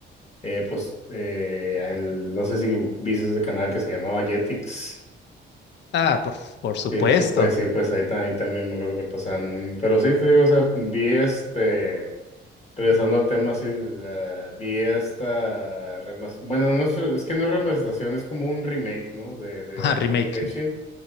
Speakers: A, on the left; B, on the left.
A: eh, pues, eh, en- no sé si viste ese canal que se llamaba Jetix.
B: Ah, por, por supuesto.
A: Sí, sí, pues sí, pues ahí, ta- ahí también me acuerdo que pasaban. Pero sí, te digo, o sea, vi este, regresando al tema, sí, la- vi esta, remas- bueno, no es, es que no es remasterización, es como un remake, ¿no? De, de
B: Ah,
A: Rurouni
B: remake.
A: Kenshin.